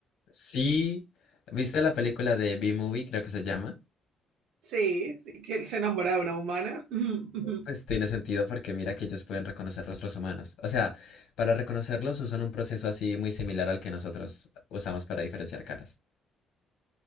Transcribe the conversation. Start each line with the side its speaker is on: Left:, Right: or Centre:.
Left: Sí, ¿viste la película de B-Movie, creo que se llama?
Right: Sí, sí, que él se enamora de una humana. <laughs>
Left: Pues tiene sentido porque mira que ellos pueden reconocer rostros humanos. O sea, para reconocerlos usan un proceso así muy similar al que nosotros usamos para diferenciar caras.